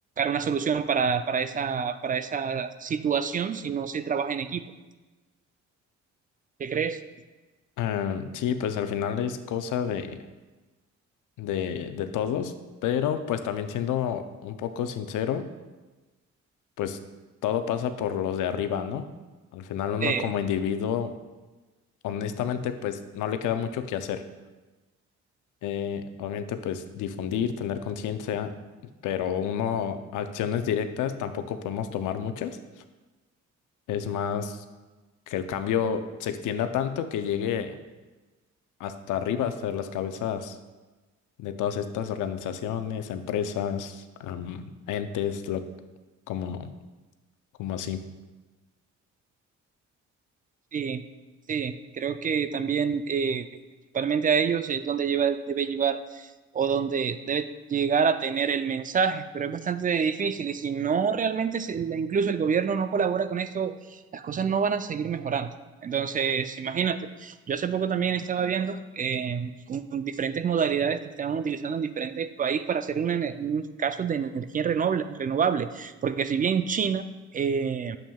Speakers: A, on the right; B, on the left.
A: una solución para, para, esa, para esa situación si no se trabaja en equipo. ¿Qué crees?
B: Eh, sí, pues al final es cosa de, de, de todos, pero pues también siendo un poco sincero. pues todo pasa por los de arriba, ¿no? Al final uno
A: Eh,
B: como individuo, honestamente, pues no le queda mucho que hacer. Eh, obviamente, pues difundir, tener conciencia, pero uno, acciones directas tampoco podemos tomar muchas. Es más que el cambio se extienda tanto que llegue hasta arriba, hasta las cabezas de todas estas organizaciones, empresas, am, entes, lo, como, como así.
A: Sí, sí, creo que también eh, principalmente a ellos es donde lleva, debe llevar o donde debe llegar a tener el mensaje, pero es bastante difícil y si no realmente, se- incluso el gobierno no colabora con esto, las cosas no van a seguir mejorando. Entonces, imagínate, yo hace poco también estaba viendo eh, un- diferentes modalidades que estaban utilizando en diferentes países para hacer una, ener- unos casos de energía renovable, renovable, porque si bien China... eh,